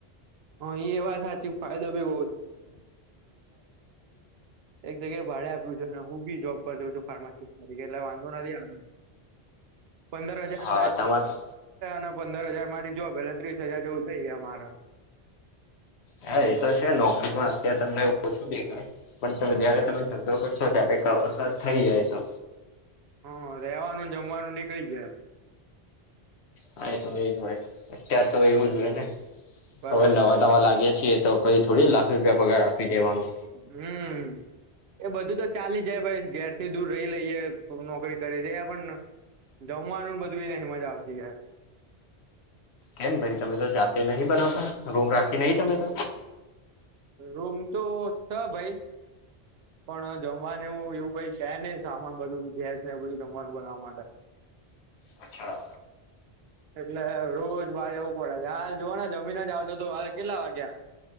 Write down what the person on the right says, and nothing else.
હા એ વાત હાચી ફાયદો બી એક જગ્યાએ ભાડે આપ્યું છે ને હું બી જોબ પર જઉં છું ફાર્માસિસ્ટ તરીકે એટલે વાંધો નથી આવતો. પંદર હજાર
<inaudible> પંદર હજાર મારી જોબ એટલે ત્રીસ હજાર જેવું થઈ ગયા મારા
હહ રેવાનું ને જમવાનું નીકળી જાય.
હ
બરાબર.
હમ એ બધું તો ચાલી જાય ભાઈ ઘેરથી દૂર રહી લઈએ નોકરી કરી દે પણ જમવાનું ને બધું એ નહીં મજા આવતી યાર.
રૂમ તો ભાઈ પણ જમવાનું એવું કંઈ છે નહીં સામાન બધું ગેસ એ બધું જમવાનું બનાવા માટે
એટલે રોજ બાર જવું પડે છે હાલ જોવા જમીન જ આવજો તો હાલ કેટલા વાગ્યા.